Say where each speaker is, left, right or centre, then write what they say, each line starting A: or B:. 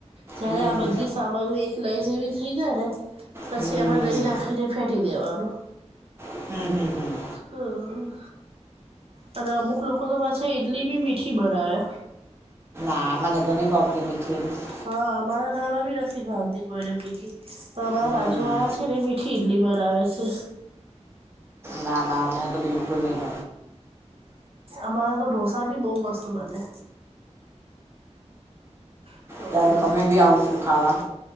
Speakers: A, on the right; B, on the right.
A: જય્યારે
B: હમ હમ હમ
A: આ બધી સામગ્રી એક લઈ જેવી થઇ જાય ને. પછી
B: હમ
A: એમાં દહી નાખીને ફેટી દેવાનું.
B: હમ હમ હમ.
A: હુ અને અમુક લોકો તો પાછા ઇડલી બી મીઠી બનાવે.
B: આ મને તો નહી ભાવતી મિકી ઈડલી
A: હા અમારા ઘરમાં બી નથી ભાવતી કોઈને મિઠી અમારા
B: હમ
A: બાજુ આવે છે. એ મિઠી ઈડલી બનાવે છે
B: ના ના અમને તો બિલકુલ નિ <unintelligible>
A: અમારા તો ઢોસા ભી બહુ મસ્ત બનેે. હ
B: ક્યારેક અમે બી આવશું ખાવા